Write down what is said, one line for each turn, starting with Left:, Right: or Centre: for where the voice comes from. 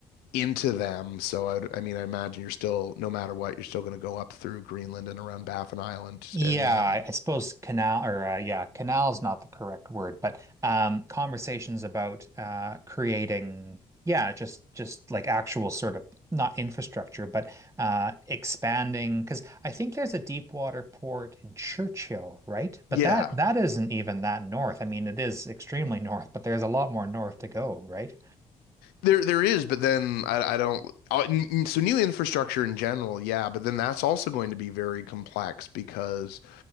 Left: into them. So I, I mean, I imagine you're still, no matter what, you're still going to go up through Greenland and around Baffin Island,
Right: Yeah,
Left: and then
Right: I I suppose canal or uh, yeah, canal is not the correct word, but um, conversations about uh, creating yeah, just just like actual sort of not infrastructure, but uh, expanding because I think there's a deep water port in Churchill, right? But
Left: yeah,
Right: that that isn't even that north. I mean, it is extremely <laughs> north, but there's a lot more north to go, right?
Left: there there is, but then I, I don't. oh, So new infrastructure in general, yeah, but then that's also going to be very complex because